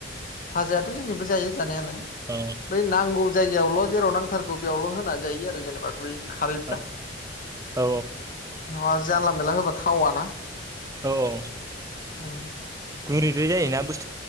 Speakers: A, on the left (about 45°); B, on the right (about 15°).
A: भाजायाथ' जोंनिबो जायो जानायालाय।
B: औ
A: बै नांगौ जायगायावल' जेराव नांथारगौ बेयावल' होनानै जायो आरो जेनेबा बे खारैफ्रा
B: औ औ
A: न'आज जानला मेनला होबा थावाना।
B: औ औ।
A: उम।
B: गुरैद्राय जायोना बुस